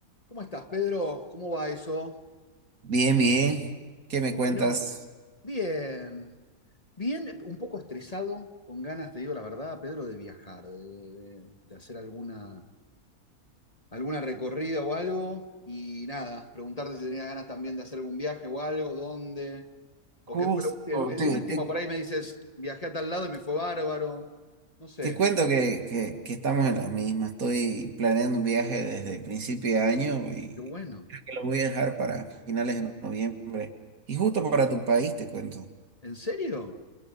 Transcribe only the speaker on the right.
Bien, bien. ¿Qué
me cuentas?
Justo,
te,
te-
te cuento que, que- que estamos en las mismas. Estoy planeando un viaje desde el principio de año y
creo que lo voy a dejar para finales de noviembre. Y justo para
tu país, te cuento.